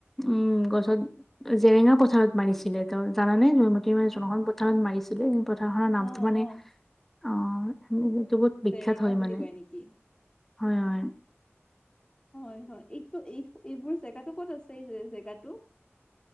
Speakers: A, in the centre; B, on the left (about 20°).
A: উম গছত জেৰেঙা পথাৰত মাৰিছিলে ত জানানে জয়মতী মানে যোনখন পথাৰত মাৰিছি পথাৰখনৰ নামটো
B: অ
A: মানে
B: অ
A: অ এইটো বহুত বিখ্যাত
B: জেৰেঙা
A: হয়
B: বুলি
A: মানে
B: কয় নেকি
A: হয় হয়।
B: হয় হয় এইটো এই এইবোৰ জেগাটো ক'ত আছে এই জেগাটো?